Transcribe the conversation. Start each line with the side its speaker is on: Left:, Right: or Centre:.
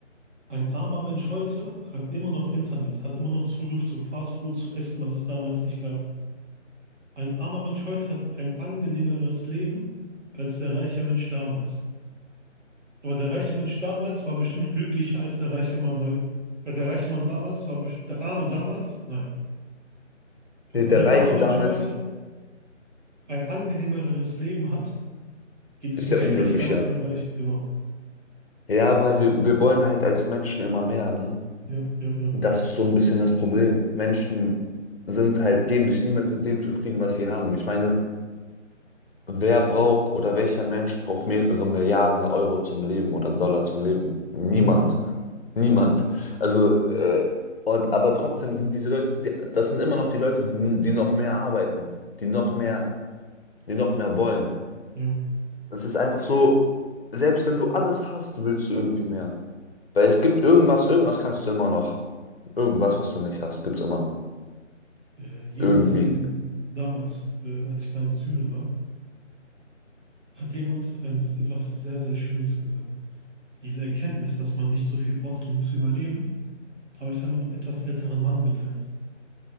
Right: Ein armer Mensch heute hat immer noch Internet, hat immer noch Zugriff zu Fastfood, zu Essen, was es damals nicht gab. Ein armer Mensch heute hat ein angenehmeres Leben als der reiche Mensch damals. Aber der reiche Mensch damals war bestimmt glücklicher als der reiche Mann heute. Der reiche Mann damals war best- der arme damals? Nein. Obwohl
Left: Nee, Der
Right: der
Left: Reiche
Right: arme Mensch
Left: damals
Right: heute ein angenehmeres Leben hat, geht es
Left: ist
Right: ihm
Left: der
Right: schlechter
Left: Unglücklicher.
Right: als dem Reichen. Genau.
Left: Ja, weil wir, wir wollen halt als Menschen immer mehr, ne?
Right: Ja, ja, ja,
Left: Das ist so ein bisschen das Problem. Menschen sind halt, geben sich niemals mit dem zufrieden, was sie haben. Ich meine, Wer braucht oder welcher Mensch braucht mehrere Milliarden Euro zum Leben oder Dollar zum Leben? Niemand.
Right: ja,
Left: Niemand. Also, äh, und aber trotzdem sind diese Leute, die, das sind immer noch die Leute, die die noch mehr arbeiten, die noch mehr, die noch mehr wollen.
Right: ja.
Left: Es ist einfach so, selbst wenn du alles hast, willst du irgendwie mehr. Weil es gibt irgendwas, irgendwas kannst du immer noch. Irgendwas, was du nicht hast, gibt's immer.
Right: Äh, jemand
Left: Irgendwie.
Right: in damals, äh, als ich da in Syrien war, hat jemand ein, etwas sehr, sehr Schönes gesagt. Diese Erkenntnis, dass man nicht so viel braucht, um zu überleben, habe ich da mit einem etwas älteren Mann geteilt.